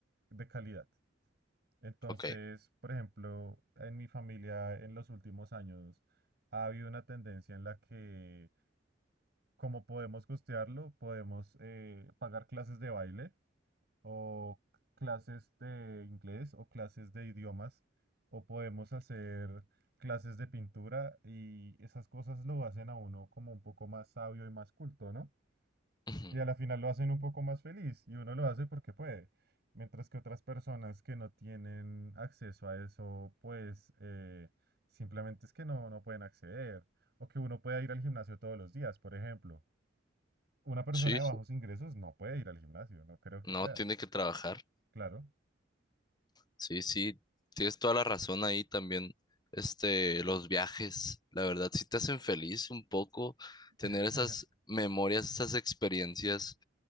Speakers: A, on the right; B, on the left.
A: de calidad. Entonces,
B: ok.
A: por ejemplo, en mi familia en los últimos años ha habido una tendencia en la que, como podemos costearlo, podemos eh, pagar clases de baile o clases de inglés o clases de idiomas o podemos hacer clases de pintura y esas cosas lo hacen a uno como un poco más sabio y más culto, ¿no?
B: Ujú.
A: Y a la final lo hacen un poco más feliz y uno lo hace porque puede. Mientras que otras personas que no tienen acceso a eso, pues eh, simplemente es que no, no pueden acceder. O que uno pueda ir al gimnasio todos los días, por ejemplo. Una persona
B: Sí,
A: de bajos ingresos no puede ir al gimnasio, no creo que
B: No,
A: pueda.
B: tiene que trabajar.
A: Claro.
B: Sí, sí, tienes toda la razón ahí también. Este, los viajes, la verdad, sí te hacen feliz un poco. Tener
A: <laughs>
B: esas memorias, esas experiencias,